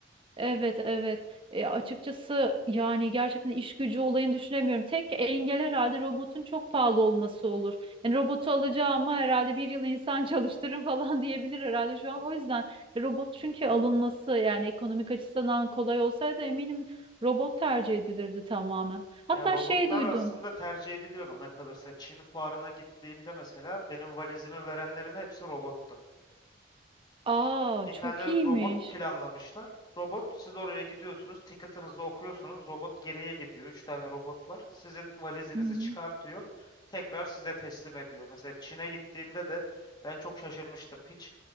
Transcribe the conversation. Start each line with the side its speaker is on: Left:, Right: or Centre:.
Right: Evet evet E, açıkçası yani gerçekten iş gücü olayını düşünemiyorum. Tek engel herhalde robotun çok pahalı olması olur. Yani robotu alacağıma herhalde bir yıl insan çalıştırırım <laughs> falan diyebilir herhalde şu an. O yüzden robot çünkü alınması yani ekonomik açısından kolay olsaydı eminim robot tercih edilirdi tamamen. Hatta
Left: Ya robotlar
Right: şey duydum.
Left: aslında tercih ediliyor bana kalırsa. Çin fuarına gittiğimde mesela benim valizimi verenlerin hepsi robot.
Right: Aa
Left: Bir tane
Right: çok iyiymiş.
Left: robot planlamışlar. Robot siz oraya gidiyorsunuz, ticket'ınızı okuyorsunuz. Robot geriye gidiyor. Üç tane robot var. Sizin valizinizi
Right: Hı hı.
Left: çıkartıyor. Tekrar size teslim ediyor. Mesela Çin'e gittiğimde de ben çok şaşırmıştım. Hiç